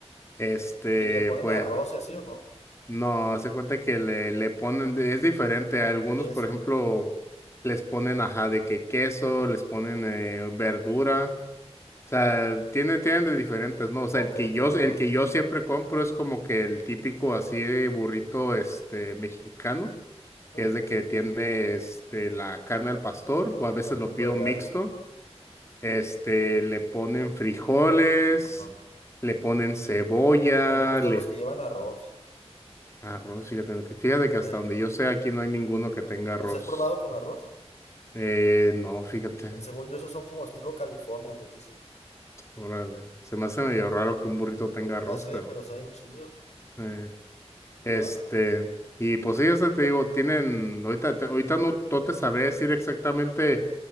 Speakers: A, on the left; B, on the left.
A: este,
B: ¿Y le ponen
A: pues,
B: arroz y así o no?
A: no, haz de cuenta que le, le ponen, de- es diferente. A algunos,
B: ¿Queso?
A: por ejemplo, les ponen ajá de que queso, les ponen eh, verdura. O sea, tienen, tienen de diferentes, ¿no? O sea,
B: Ok,
A: el que
B: ok,
A: yo,
B: va.
A: el que yo siempre compro es como que el típico así de burrito este mexicano, que
B: Ujú.
A: es de que tiene este la carne al pastor, o a veces
B: Con
A: lo
B: pico
A: pido
B: de
A: mixto
B: gallo.
A: este, le ponen frijoles,
B: Ajá.
A: le ponen cebolla,
B: A mí me gustan
A: le...
B: los que llevan arroz.
A: Arroz, fíjate, que- fíjate que hasta
B: Eh,
A: donde yo sé aquí no hay ninguno que tenga arroz.
B: ¿los has probado con arroz?
A: Eh, no, fíjate,
B: Eh, Según yo, esos son como estilo California, les dicen.
A: órale. Se
B: Ajá.
A: me hace medio raro que un burrito tenga arroz,
B: Ya sé,
A: pero...
B: pero saben chido.
A: eh, Este,
B: ¿Qué más?
A: y pues sí, o sea, te digo, tienen, ahorita, te- ahorita no, no te sabré decir exactamente